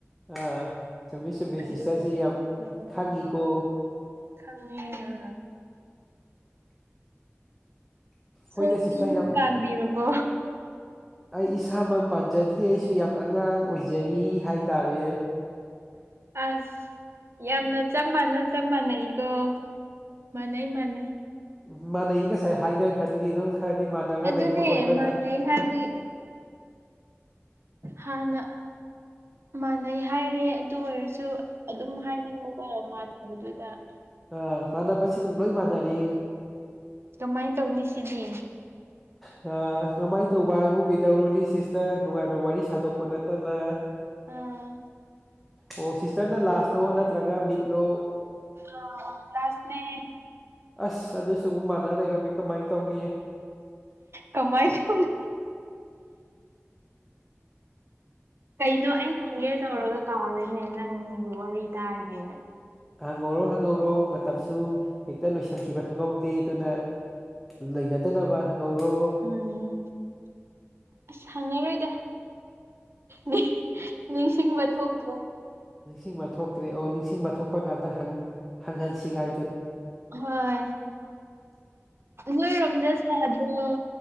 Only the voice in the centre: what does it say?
ꯑꯥ ꯆꯨꯝꯃꯦ ꯆꯨꯝꯃꯦ
ꯁꯤꯁꯇꯔꯖꯦ ꯌꯥꯝ
ꯈꯪꯉꯤꯀꯣ꯫
ꯍꯣꯏꯗ ꯁꯤꯁꯇꯔ
ꯌꯥꯝ
ꯑꯩ ꯏꯁꯥꯃꯛ ꯄꯥꯟꯖꯗ꯭ꯔꯤ ꯑꯩꯁꯨ ꯁꯨ ꯌꯥꯝ ꯑꯉꯥꯡ ꯑꯣꯏꯖꯔꯤ ꯍꯥꯏꯇꯥꯔꯦ꯫
ꯎꯝ ꯃꯥꯥꯟꯅꯩ ꯉꯁꯥꯏ ꯍꯥꯏꯅꯈ꯭ꯔꯗꯨꯗꯤ ꯑꯗꯨꯝ ꯈꯔꯗꯤ ꯃꯥꯟꯅꯕ
ꯂꯩꯕ ꯑꯣꯏꯕꯇ
ꯑꯥ ꯃꯥꯟꯅꯕꯁꯤ ꯑꯗꯨꯝ ꯂꯣꯏ ꯃꯥꯟꯅꯔꯦ꯫
ꯑ-ꯀꯃꯥꯏꯟ ꯇꯧꯕ ꯍꯥꯏꯕꯨ ꯀꯩ ꯀꯩꯗꯧꯔꯨꯅꯤ ꯁꯤꯁꯇꯔ ꯅꯨꯡꯉꯥꯏꯕ ꯋꯥꯔꯤ ꯁꯥꯗꯣꯛꯄ ꯅꯠꯇꯅ꯫
ꯑꯣ ꯁꯤꯁꯇꯔꯅ ꯂꯥꯁꯂꯣ ꯅꯠꯇ꯭ꯔꯒ ꯃꯤꯗꯂꯣ
ꯑꯁ ꯑꯗꯨꯁꯨ ꯑꯃꯨꯛ ꯃꯥꯟꯅ ꯂꯩꯔꯝꯃꯦ ꯀꯃꯥꯏꯟ ꯇꯧꯅꯤ꯫
ꯍꯪꯍꯧꯔꯣ ꯍꯪꯍꯧꯔꯣ ꯃꯇꯝꯁꯨ ꯍꯦꯛꯇ ꯂꯣꯏꯁꯤꯟꯈꯤꯕ ꯈꯪꯍꯧꯗꯦ ꯑꯗꯨꯅ ꯂꯩꯅꯗꯅꯕ꯫ ꯉꯧꯔꯣ
ꯅꯤꯡꯁꯤꯡꯕ ꯊꯣꯛꯇ꯭ꯔꯦ ꯑꯣ ꯅꯤꯡꯁꯤꯡꯕ ꯊꯣꯛꯄ ꯀꯥꯟꯗ ꯍꯪꯍꯟꯁꯤꯉꯥꯏ